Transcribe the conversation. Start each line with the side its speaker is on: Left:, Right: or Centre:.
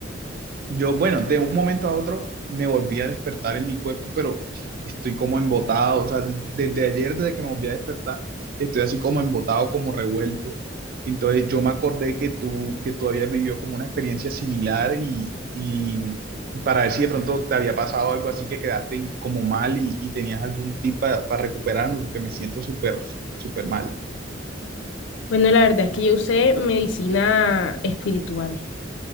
Right: yo, bueno, de un momento a otro me volví a despertar en mi cuerpo, pero estoy como embotado, o sea, desde ayer, desde que me volví a despertar, estoy así como embotado, como revuelto. Entonces yo me acordé que tú, que tú habías vivido como una experiencia similar y, y, y para ver si de pronto te había pasado algo así que quedaste in- como mal y, y tenías algún tip para recuperarme, porque me siento súper, súper mal.
Left: Bueno, la verdad es que yo usé medicina espiritual.